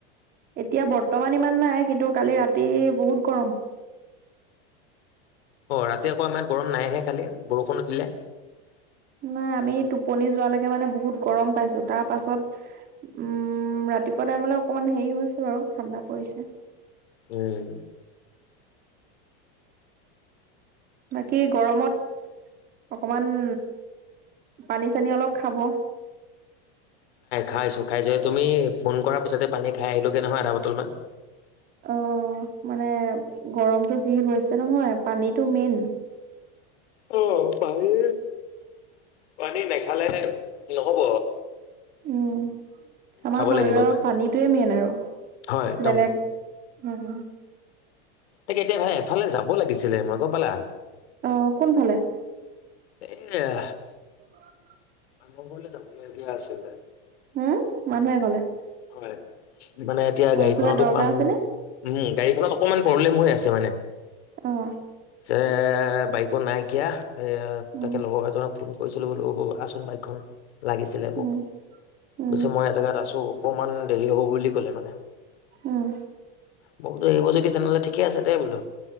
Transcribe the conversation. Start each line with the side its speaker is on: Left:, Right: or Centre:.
Right: এতিয়া বৰ্তমান ইমান নাই, কিন্তু কালি ৰাতি বহুত গৰম।
Left: ৰাতি আকৌ আমাৰ ইয়াত গৰম নাইহে কালি বৰষুণো দিলে।
Right: নাই আমি টোপনি যোৱালৈকে মানে বহুত গৰম পাইছো তাৰ পাছত উম ৰাতিপুৱা টাইমলে অকণমান হেৰি হৈছে বাৰু ঠাণ্ডা পৰিছে।
Left: উম
Right: বাকী গৰমত অকনমান পানী চানী অলপ খাব।
Left: খাইছো খাইছো। তুমি ফোন কৰাৰ পিছতে পানী খাই আহিলোগে নহয় আধা বটল মান।
Right: অহ মানে গৰমটো যি হৈছে নহয়, পানীটো মেইন।
Left: অ' পানী, পানী নাখালেহে নহ'ব।
Right: উম। আমাৰ
Left: খাব
Right: শৰীৰৰ
Left: লাগিব পানী
Right: পানীটোৱে মেইন আৰু
Left: হয় একদম
Right: বেলেগ উম।
Left: তাকে এতিয়ালে এফালে যাব লাগিছিলে মই গম পালা।
Right: অঁ কোনফালে?
Left: এয়া
Right: <inaudible>
Left: মানু্হ এঘৰলে যাব লগীয়া আছিলে।
Right: হুম, মানুহ এঘৰলে।
Left: হয়, মানে এতিয়া গাড়ীখনতো
Right: কিবা দৰকাৰ
Left: পাম।
Right: আছেনে
Left: উম, গাড়ীখনত অকমান প্ৰব্লেম হৈ আছে মানে।
Right: অঁ।
Left: যে বাইকো নাইকিয়া, এ
Right: উম
Left: তাকে লগৰ এজনক ফোন কৰিছিলো বোলো আ চুন বাইকখন, লাগিছিলে মোক
Right: উম উম
Left: কৈছে মই এজেগাত আছো। অকমান দেৰি হ'ব বুলি ক'লে মানে।
Right: উম।
Left: মই বোলো আহিব যদি তেনেহ'লে ঠিকে আছে দেই বোলো